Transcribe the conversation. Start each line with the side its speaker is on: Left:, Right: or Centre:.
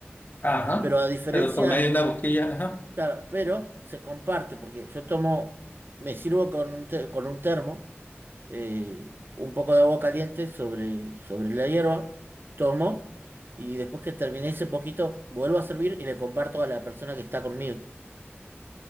Left: Ajá.
Right: pero a diferencia,
Left: Pero por medio de una boquilla, ajá.
Right: claro, pero se comparte, porque yo tomo, me sirvo con un, te- con un termo, eh, un poco de agua caliente sobre, sobre la hierba, tomo. Y después que terminé ese poquito, vuelvo a servir y le comparto a la persona que está conmigo.